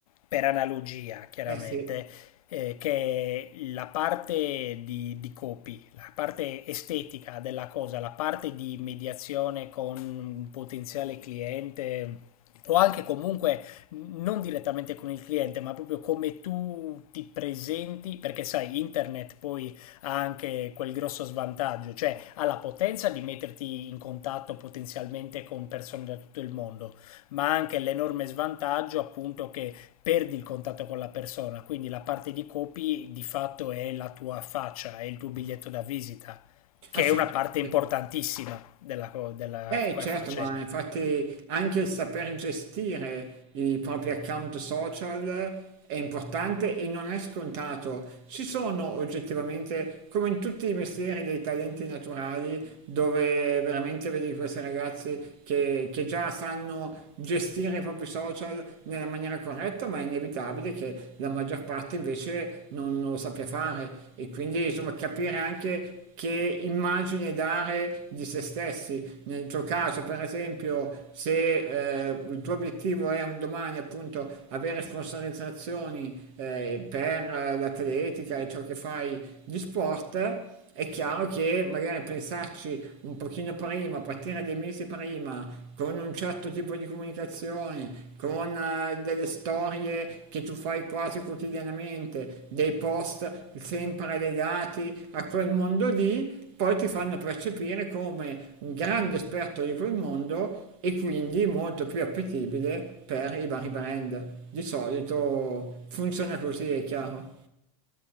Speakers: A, on the left; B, on the right.
A: per analogia chiaramente,
B: Eh sì,
A: eh, che la parte di, di copy, la parte estetica della cosa, la parte di mediazione con un potenziale cliente o anche comunque non direttamente con il cliente, ma proprio come tu ti presenti, perché sai, internet poi ha anche quel grosso svantaggio, cioè ha la potenza di metterti in contatto potenzialmente con persone da tutto il mondo, ma anche l'enorme svantaggio appunto che perdi il contatto con la persona, quindi la parte di copy di fatto è la tua faccia, è il tuo biglietto da visita, che
B: assolutamente.
A: è una parte importantissima della, della
B: Eh certo,
A: faccenda.
B: ma infatti anche il saper gestire i propri account social è importante e non è scontato. Ci sono oggettivamente, come in tutti i mestieri, dei talenti naturali dove veramente vedi questi ragazzi che, che già sanno gestire i propri social nella maniera corretta, ma è inevitabile che la maggior parte invece non lo sappia fare e quindi insomma capire anche che immagine dare di se stessi. Nel tuo caso, per esempio, se eh, il tuo obiettivo è un domani appunto avere sponsorizzazioni eh, per l'atletica e ciò che fai di sport, è chiaro che magari pensarci un pochino prima, partire dei mesi prima con un certo tipo di comunicazione, con eh, delle storie che tu fai quasi quotidianamente, dei post sempre legati a quel mondo lì, poi ti fanno percepire come un grande esperto di quel mondo e quindi molto più appetibile per i vari brand. Di solito funziona così, è chiaro.